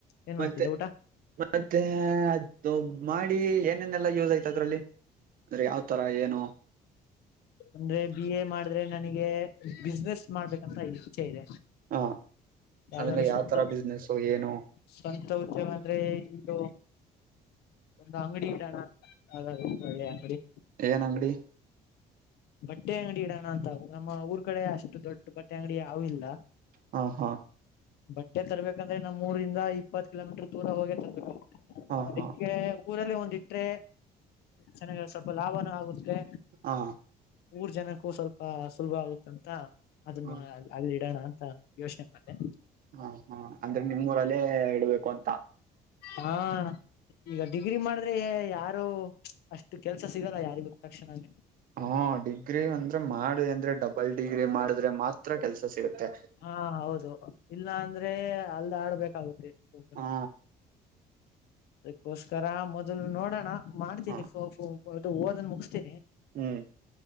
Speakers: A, on the left; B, on the right.
A: ಏನ್
B: ಮತ್ತೆ
A: ಮಾಡ್ತಿರಾ ಊಟಕ್ಕೆ
B: ಮತ್ತೆ ಅದು ಮಾಡಿ ಏನೇನೆಲ್ಲಾ ಯೂಸ್ ಆಯ್ತು ಅದ್ರಲ್ಲಿ ಅಂದ್ರೆ ಯಾವ್ ತರ ಏನು?
A: ಅಂದ್ರೆ ಬಿ ಎ ಮಾಡಿದ್ರೆ ನನಗೆ ಬಿಸ್ನೆಸ್ ಮಾಡ್ಬೇಕಂತ ಇಚ್ಛೆ ಇದೆ
B: ಹಾ
A: ಯಾವದಾದ್ರು
B: ಅಂದ್ರೆ ಯಾವ
A: ಸ್ವಂತ
B: ತರ ಬಿಸ್ನೆಸ್ ಏನು
A: ಸ್ವಂತ ಉದ್ಯೋಗ ಅಂದ್ರೆ ಇದು ಒಂದು ಅಂಗಡಿ ಇಡಣ ಅಂತ ಆಗ ಒಳ್ಳೆಯಂಗಡಿ
B: ಏನ್ ಅಂಗಡಿ
A: ಬಟ್ಟೆ ಅಂಗಡಿ ಇಡಣ ಅಂತ ನಮ್ಮ ಊರ್ ಕಡೆ ಅಷ್ಟ ದೊಡ್ಡ ಬಟ್ಟೆ ಅಂಗಡಿ ಯಾವು ಇಲ್ಲ.
B: ಹಾ ಹಾ
A: ಬಟ್ಟೆ ತರ್ಬೇಕಂದ್ರೆ ನಮ್ಮ್ ಊರಿಂದ ಇಪ್ಪತ್ತ ಕಿಲೋಮೀಟರ್ ದೂರ ಹೋಗೆ ತರ್ಬೇಕು
B: ಹಾ
A: ಅದೀಕ್ಕೆ
B: ಹಾ
A: ಊರಲ್ಲೇ ಒಂದ್ ಇಟ್ಟ್ರೆ ಚೆನಾಗ ಸ್ವಲ್ಪ ಲಾಭನೂ ಆಗುತ್ತೆ.
B: ಹಾ
A: ಊರ್ ಜನಕ್ಕೂ ಸ್ವಲ್ಪ ಸುಲಭ ಆಗುತ್ತಂತ ಅದನ್ನ
B: ಹಾ
A: ಅಲ್ಲ ಇಡಣ ಅಂತ ಯೋಚನೆ ಮಾಡ್ದೆ.
B: ಹಾ ಹಾ ಅಂದ್ರೆ ನಿಮ್ಮ್ ಊರಲ್ಲೇ ಇಡ್ಬೇಕು ಅಂತ.
A: ಹಾ ಅಣ್ಣಾ ಈಗ ಡಿಗ್ರಿ ಮಾಡದ್ರೆ ಯಾರು ಅಷ್ಟು ಕೆಲ್ಸ ಸಿಗಲ್ಲ ಯಾರಿಗು ತಕ್ಷಣನೆ.
B: ಹಾ ಡಿಗ್ರಿ ಅಂದ್ರೆ ಮಾಡಿದಿ ಅಂದ್ರೆ ಡಬಲ್ ಡಿಗ್ರಿ ಮಾಡಿದ್ರೆ ಮಾತ್ರ ಕೆಲ್ಸ ಸಿಗುತ್ತೆ
A: ಹಾ ಹೌದು ಇಲ್ಲ ಅಂದ್ರೆ ಅಲ್ ಆಡ್ಬೇಕಾಗುತ್ತೆ ಸುಮ್ಮನೆ.
B: ಹಾ
A: ಅದಕ್ಕೋಸ್ಕರ ಮೊದಲ್ ನೋಡೋಣ ಮಾಡ್ತೀನಿ
B: ಹ
A: ಫೋ ಪ್ಹೋ ಓದನ್ ಮುಗಿಸತೀನಿ.
B: ಹ್ಮ್